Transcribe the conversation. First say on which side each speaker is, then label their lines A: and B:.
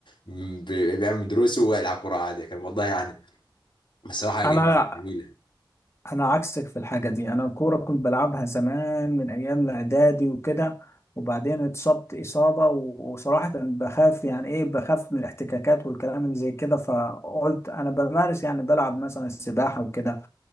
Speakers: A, on the left; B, on the left.
A: بي- بيعمل دروسه ويلعب كوره عادي كان الموضوع يعني بصراحه جميله
B: انا
A: جميله
B: انا عكسك في الحاجه دي انا الكوره كنت بلعبها زمان من ايام الاعدادي وكده وبعدين اتصبت اصابه و- وصراحه بخاف يعني ايه بخاف من الاحتكاكات والكلام اللي زي كده فقلت انا بمارس يعني بلعب مثلا السباحه وكده